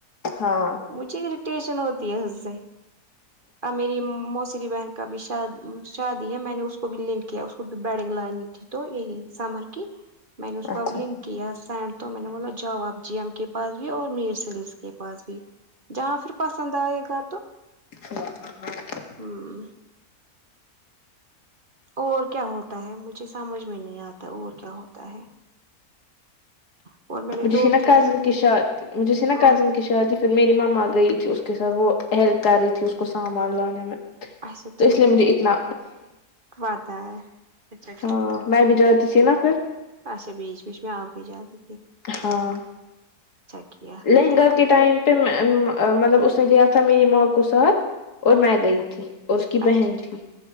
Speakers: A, on the left; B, on the right.
A: ہاں
B: مجھے اریٹیشن ہوتی ہے اس سے ا میری موس ری بہن کا بھی شاد شادی ہے میں نے اس کو بھی لنک کیا اس کو بھی بیڈنگ لانی تھی تو یہی سمر کی میں نے اس کو
A: اچھا
B: اب لنک کیا سینڈ تو میں نے بو جاو اب جی ایم کے پاس بھی اور میر سلس کے پاس بھی جہاں پھر پسند آئے گا تو
A: ا ہاں
B: ہمم اور کیا ہوتا ہے مجھے سمجھ میں نہیں آتا اور کیا ہوتا ہے اور میں نے
A: مجھے
B: دو
A: س نا
B: تین
A: کزن کی شا مجھے س نا
B: ہ
A: کزن کہ شایدی پھر میری مما گئی تھی اس کے ساتھ وہ ہیلپ کر رہی تھی اس کو سامان لانے میں
B: اچھا
A: تو
B: ٹھیک
A: اس لیے مجھے اتنا
B: بات ہے اچھا
A: ہاں میں بھی جاتی تھی نا پھر
B: ایسے بیچ بیچ میں ا بھی جاری
A: ہاں
B: کیا
A: لہنگا
B: پھر
A: کے ٹائم مے می مطلب اس نے لیا تھا میری ماں کو ساتھ اور
B: ہ
A: میں گئی تھی اور اس کی
B: اچھا
A: بہن تھی